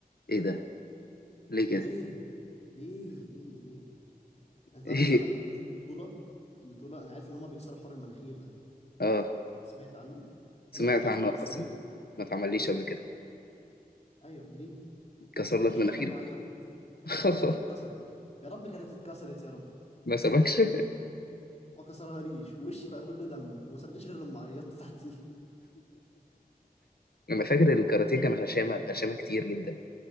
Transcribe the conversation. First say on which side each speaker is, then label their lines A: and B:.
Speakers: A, on the left; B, on the left.
A: ايه ده ليه
B: ليه
A: كده
B: ليه ليه ليه انت
A: <laughs>
B: عارف
A: ايه
B: مثلا لو في بطولة بطولة انا عارف ان هما بيكسروا حوار المناخير ده
A: اه
B: سمعت عنه
A: سمعت
B: فانا قلت بيمكن
A: عنه
B: بس
A: بس
B: ليه
A: ما اتعمليش
B: امم
A: قبل كده
B: ايوه ليه
A: كسر
B: ما سابنيش
A: لك مناخيرك
B: غير لما عيطت
A: <laughs>
B: يا يا ريتها اتكسرت يا رب كانت اتكسرت يا رب
A: ما سبكش
B: ما كسرهاليش وشي بقى كله دم وما سابنيش غير لما عيطت تحتيه
A: انا فاكر الكاراتيه كان غشامة غشامة كتير جدا